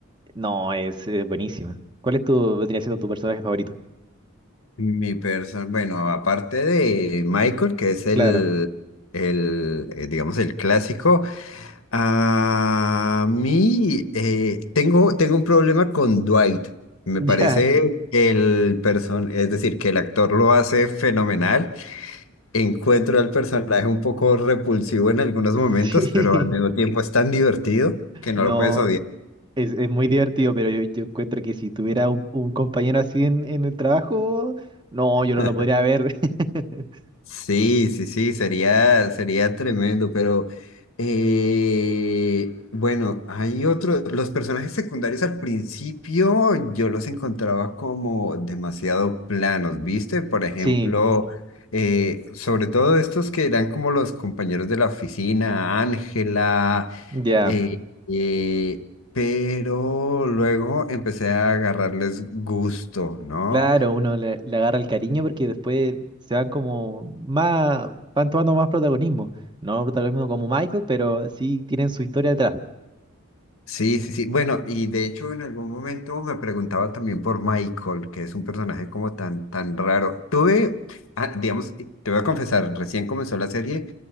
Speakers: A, on the right; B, on the left.
A: no, es, es buenísima. ¿Cuál es tu, vendría siendo tu personaje favorito?
B: Mi persona, bueno, aparte de Michael, que es el,
A: Claro.
B: el eh, digamos, el clásico, a mí eh, tengo, tengo un problema con Dwight. Me
A: <laughs>
B: parece
A: Ya,
B: que el person, es decir, que el actor lo hace fenomenal. Encuentro al personaje un poco repulsivo en algunos momentos,
A: sí.
B: pero al mismo tiempo es tan divertido que no
A: No,
B: lo puedes odiar.
A: es, es muy divertido, pero yo, yo encuentro que si tuviera un, un compañero así en, en el trabajo, no, yo no
B: <laughs>
A: lo podría ver. <laughs>
B: Sí, sí, sí, sería, sería tremendo, pero eh, bueno, hay otros, los personajes secundarios al principio yo los encontraba como demasiado planos, ¿viste? Por ejemplo,
A: Sí,
B: eh, sobre todo estos que eran como los compañeros de la oficina, Ángela,
A: ya,
B: eh, eh, pero luego empecé a agarrarles gusto, ¿no?
A: claro, uno le, le agarra el cariño porque después se van como más, van tomando más protagonismo. No protagonismo como Michael, pero sí tienen su historia detrás.
B: Sí, sí, sí. Bueno, y de hecho en algún momento me preguntaba también por Michael, que es un personaje como tan, tan raro. Tuve, ah, digamos, te voy a confesar, recién comenzó la serie,